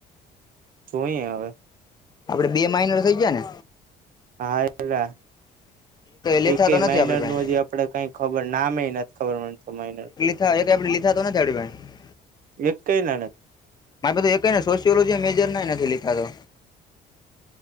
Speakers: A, on the right; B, on the left.
A: જોઈએ હવે
B: આપડે બે માિન થઇ જાય ને
A: હા એલા
B: લેતા
A: એક ક
B: તો નથી
A: માિનર
B: આપડે પાસે
A: નું હજી આપડે કઈ ખબર નામે નથી ખબર મતો મા
B: આપણે લીધા તો નથીડી ભાઈ
A: એ કઈ ના
B: મારે એ કને સોશિયોલોજી મેજર ના નથી લીધા તો.